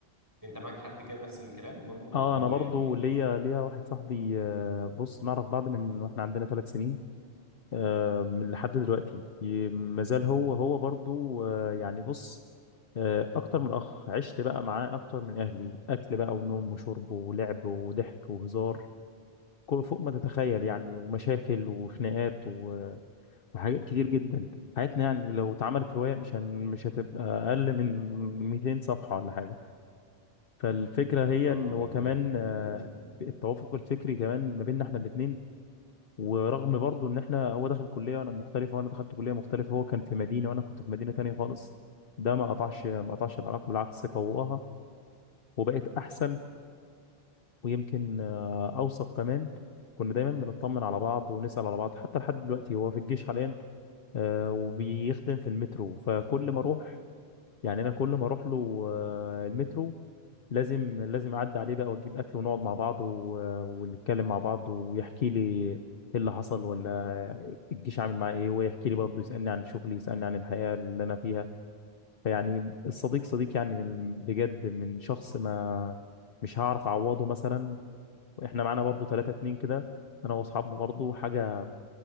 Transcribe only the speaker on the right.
أنت معاك حد كده نفس الكلام برضه اللي
هو
يعني إيه
آه
جميل
جميل جدا